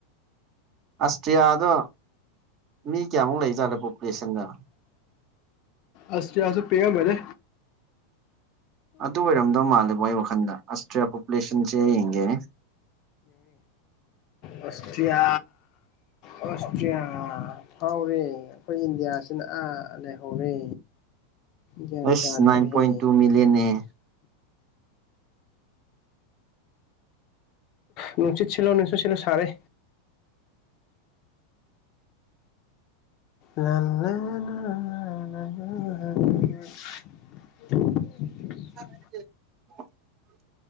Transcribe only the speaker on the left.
ꯑꯁ ꯆꯁꯨ ꯄꯉ ꯃꯔꯦ
ꯑꯣꯁꯇꯔꯤꯌꯥ ꯑꯣꯁꯇ꯭ꯔꯤꯌꯥ ꯐꯥꯎꯔꯦ ꯑꯩꯈꯣꯏ ꯏꯟꯗꯤꯌꯥꯁꯤꯅ ꯑꯥ ꯂꯩꯍꯧꯔꯦ ꯒ꯭ꯌꯥꯟ
ꯇꯥꯗ꯭ꯔꯦ
ꯎ ꯎꯆꯆꯠ ꯅꯂ ꯁꯥꯔꯦ ꯂ ꯂ ꯅꯌ <unintelligible>